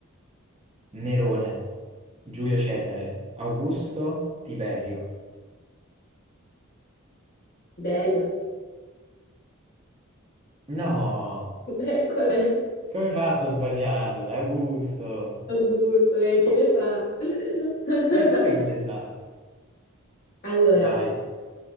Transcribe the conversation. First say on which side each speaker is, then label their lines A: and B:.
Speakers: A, on the right; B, on the left.
A: Nerone, Giulio Cesare, Augusto, Tiberio.
B: Tiberio.
A: No!
B: <laughs> Eh, qual è?
A: Come hai fatto a sbagliarla? È a gusto.
B: Gusto, eh, chi le sa? <laughs>
A: E come chi le sa?
B: Allora,
A: Vai.